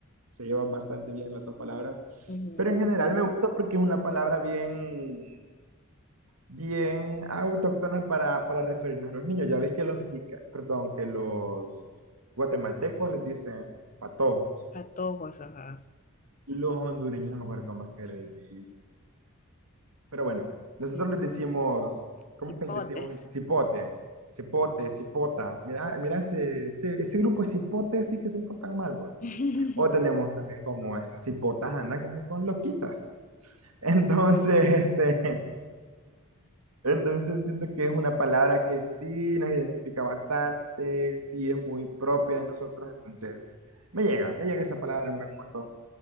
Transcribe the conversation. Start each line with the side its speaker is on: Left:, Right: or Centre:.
Right: se llevan bastante bien las dos palabras,
Left: ujú.
Right: pero en general me gusta porque es una palabra bien bien autóctona para, para referirnos a los niños. Ya ves que los mexicanos, perdón, que los guatemaltecos les dicen patojos.
Left: Patojos, ajá.
Right: los hondureños no me acuerdo cómo es que les dicen. Pero bueno, nosotros
Left: Ujú.
Right: les decimos, ¿cómo
Left: Cipotes.
Right: es que les decimos? Cipote, cipote, cipota. Mira, mira ese, ese, ese grupo de cipotes sí que se portan mal, pues.
Left: <laughs>
Right: O tenemos también como esas cipotas andan como con loquitas. <laughs> Entonces, este, Entonces siento que es una palabra que sí nos identifica bastante, sí es muy propia de nosotros, entonces me llega, me llega esa palabra un gran montón.